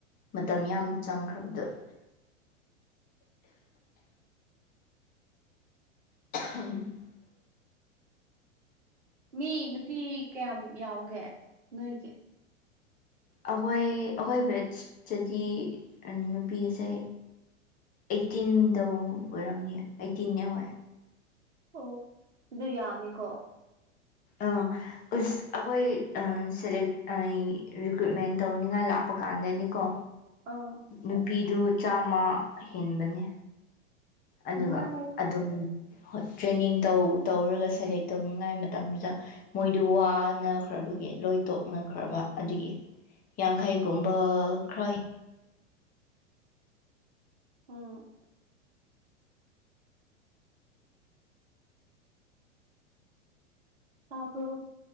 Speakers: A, on the left; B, on the right.
A: ꯃꯇꯝ ꯌꯥꯝ ꯆꯪꯈ꯭ꯔꯕꯗꯣ ꯎꯝ
B: ꯃꯤ ꯅꯨꯄꯤ ꯀꯌꯥꯝ ꯌꯥꯎꯒꯦ ꯅꯣꯏꯒꯤ
A: ꯑꯩꯈꯣꯏ ꯑꯩꯈꯣꯏ ꯕꯦꯠꯇꯗꯤ ꯅꯨꯄꯤ ꯑꯁꯦ ꯑꯩꯠꯇꯤꯟꯗꯧ ꯑꯣꯏꯔꯝꯅꯤ ꯑꯩꯠꯇꯤꯟꯅꯦ ꯑꯣꯏ
B: ꯑꯣ ꯑꯗꯨ ꯌꯥꯝꯃꯤꯀꯣ
A: ꯑꯥ ꯎꯁ ꯑꯩꯈꯣꯏ ꯁꯦꯂꯦꯛ ꯔꯤꯀ꯭ꯔꯨꯠꯃꯦꯟ ꯇꯧꯅꯤꯡꯉꯥꯏ ꯂꯥꯛꯄ ꯀꯥꯟꯗꯗꯤꯀꯣ
B: ꯑ
A: ꯅꯨꯄꯤꯗꯨ ꯆꯥꯝꯃ ꯍꯦꯟꯕꯅꯦ ꯑꯗꯨꯒ
B: ꯃꯥꯏ
A: ꯑꯗꯨꯝ ꯍꯣꯏ ꯇ꯭ꯔꯦꯅꯤꯡ ꯇꯧ ꯇꯧꯔꯒ ꯁꯦꯂꯦꯛ ꯇꯧꯅꯤꯡꯉꯥꯏ ꯃꯇꯝꯗꯨꯗ ꯃꯣꯏꯗꯨ ꯋꯥꯅꯈ꯭ꯔꯕꯒꯤ ꯂꯣꯏ ꯇꯣꯛꯅꯈ꯭ꯔꯕ ꯑꯗꯨꯒꯤ ꯌꯥꯡꯈꯩꯒꯨꯝꯕ ꯈ꯭ꯔ ꯍ
B: ꯑꯝ ꯇꯄ